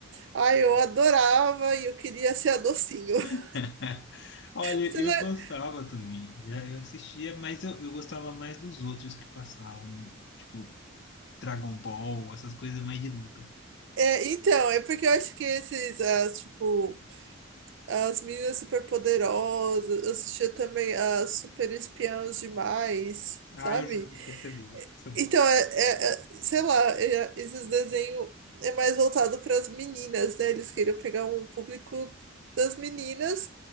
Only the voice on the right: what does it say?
Ai, eu adorava e eu queria ser a docinho. <laughs>
Você
não- é
É, então, é porque eu acho que esses, as, tipo, as meninas superpoderosas, eu assistia também as super espiãs demais,
sabe?
Então, é, é- é- sei lá, é- esses desenhos é mais voltado para as meninas, né? Eles queriam pegar um público das meninas,